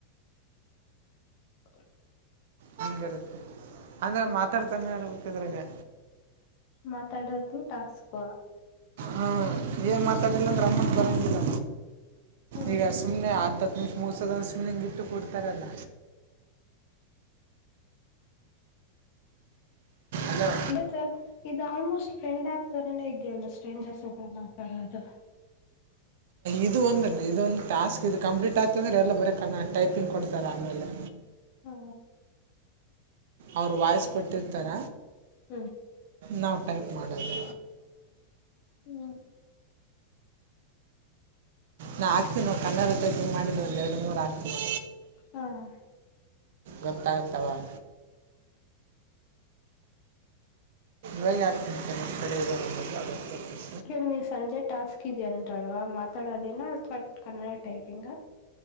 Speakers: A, on the left; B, on the right.
A: <inaudible>
B: ಹಂಗಿರುತ್ತೆ <inaudible> ಅಂದ್ರೆ ಮಾತಾಡ್ತಾನೆ ಇರ್ಬೇಕಿದ್ರಾಗ
A: ಮಾತಾಡೋದು ಟಾಸ್ಕ್
B: ಹ್ಮ ಏನ್ ಮಾತಾಡಿಲ್ಲ ಅಂದ್ರೆ ಅಮೌಂಟ್ ಬರಂಗಿಲ್ಲ
A: ಹ್ಮ್
B: ಈಗ ಸುಮ್ನೆ ಆತ ಮ ಮುಗಸದೊಂದು ಸ್ನಿಂಗ್ ಇಟ್ಟು ಕೊಡ್ತಾರಲ್ಲ ಅಲ್ಲ
A: ಇದ ಸರ್ <unintelligible> ಇದು ಆಲ್ಮೋಸ್ಟ್ ಫ್ರೆಂಡ್ ಆಪ್ ತರನೇ ಇದೆಯಲ್ಲ ಸ್ಟ್ರೇಂಜರ್ಸ್ ಅತ್ರ ಮಾತಾಡೋದು
B: ಇದು ಒಂದು ಇದೊಂದು ಟಾಸ್ಕ್ ಇದು ಕಂಪ್ಲೀಟ್ ಆಗ್ತ ಅಂದ್ರೆ ಎಲ್ಲ ಬರಕ್ ಟೈಪಿಂಗ್ ಕೊಡ್ತಾರೆ ಆಮೇಲೆ
A: ಹಾ
B: ಅವ್ರ ವಾಯ್ಸ್ ಕೊಟ್ಟಿರ್ತಾರ
A: ಹ್ಮ
B: ನಾವ್ ಟೈಪ್ ಮಾಡದು
A: ಹ್ಮ್
B: ನಾ ಆಗ್ತೀನಿ ನ ಕನ್ನಡ ಟೈಪಿಂಗ್ ಮಾಡಿದ್ ಒಂದೆರಡು ಮೂರು ಆಗ್ತೀನಿ
A: ಹಾ
B: ಗೊತ್ತಾಗುತ್ ಅವಾಗ ಹೇಗ್ ಆಗ್ತಂತೆ ನಮ್ಮ ಕಡೆ ಅ <inaudible> <unintelligible>
A: ಇವಾಗ ನೀವ್ ಸಂಜೆ ಟಾಸ್ಕ್ ಇದ ಅಂತಲ್ವ ಮಾತಾಡೋದೇನಾ ಅಥವಾ ಕನ್ನಡ ಟೈಪಿಂಗ